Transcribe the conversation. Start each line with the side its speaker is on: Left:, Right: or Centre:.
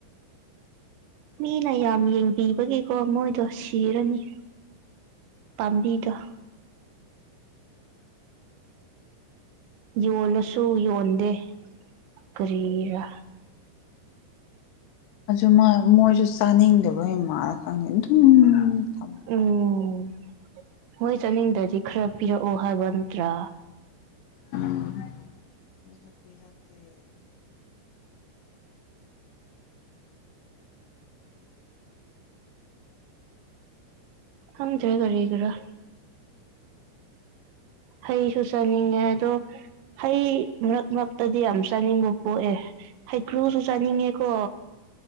Right: ꯃꯤꯅ ꯌꯥꯝ ꯌꯦꯡꯕꯤꯕꯒꯤꯀꯣ ꯃꯣꯏꯗꯣ ꯁꯤꯔꯅꯤ ꯄꯥꯝꯕꯤꯗꯣ ꯌꯣꯜꯂꯁꯨ ꯌꯣꯟꯗꯦ ꯀꯔꯤꯔꯥ
Left: ꯑꯖꯨꯃ ꯃꯣꯏꯁꯨ ꯆꯥꯅꯤꯡꯗꯕꯩ ꯃꯥꯜꯂ ꯈꯪꯗꯦ ꯑꯗꯨꯝ ꯊꯝꯃꯒ
Right: ꯎꯝ
Left: ꯂꯩ
Right: ꯃꯣꯏ ꯆꯠꯅꯤꯡꯗꯗꯤ ꯈꯔ ꯄꯤꯔꯛꯑꯣ ꯍꯥꯏꯕ ꯅꯠꯇ꯭ꯔꯥ
Left: ꯎꯝ <unintelligible>
Right: ꯈꯪꯗꯔꯦ ꯀꯔꯤꯒꯤꯔꯥ ꯍꯩꯁꯨ ꯆꯥꯅꯤꯡꯉꯦ ꯑꯗꯣ ꯍꯩ ꯃꯔꯛ ꯃꯔꯛꯇꯗꯤ ꯌꯥꯝ ꯆꯥꯅꯤꯡꯕ ꯄꯣꯛꯑꯦ ꯍꯩꯀ꯭ꯔꯨꯁꯨ ꯆꯥꯅꯤꯡꯉꯦꯀꯣ